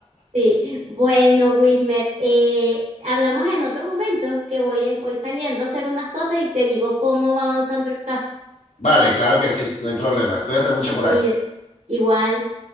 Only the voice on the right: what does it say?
Sí, bueno, Wilmer, eh, hablamos en otro momento, que voy, eh, voy saliendo a hacer unas cosas y te digo cómo va avanzando el caso.
Cuide,
igual.